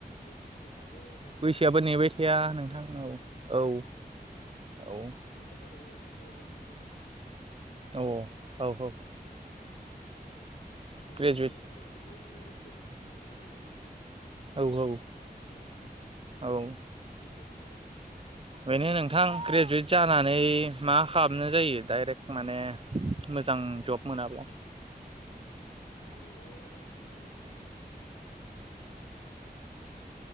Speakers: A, on the left (about 85°); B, on the right (about 35°).
A: ए बै सोयाबो बारबाय
B: बैसोआबो
A: थायो फरायनायजों
B: नेबाय थाया
A: लोगोसे
B: नोंथां औ औ औ
A: आंनावथ' बारजोब बोयजोयावम <unintelligible> नालाय
B: औ औ औ
A: ओरैनो
B: ग्रेजुवेट
A: ओ आं बो जबफोर नागिरलाबायगासिनो दङ।
B: औ औ
A: ट्रायखालाय गास नङा
B: औ
A: फिचारनि थाखाय माने <inaudible>
B: बेनो नोंथां ग्रेजुवेट जानानै मा खालामनाय जायो डाइरेक्ट माने
A: ओ
B: मोजां जब मोनाब्ला
A: गावबागाव लाइन नागिरनांगौ जायो माने बेयावबो